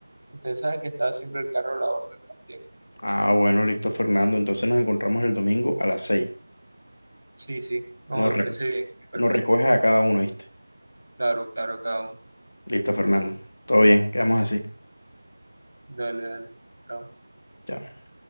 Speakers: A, on the right (about 70°); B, on the left (about 30°).
A: Ustedes saben que está siempre el carro a la orden también.
B: ah, bueno, listo, Fernando. Entonces nos encontramos el domingo a las seis.
A: Sí, sí, no
B: Nos,
A: me parece
B: reco-
A: bien. Perfecto.
B: nos recoges a cada uno, ¿viste?
A: Claro, claro, cada uno.
B: Listo, Fernando. Todo bien, quedamos así.
A: Dale, dale. Chao.
B: Chao.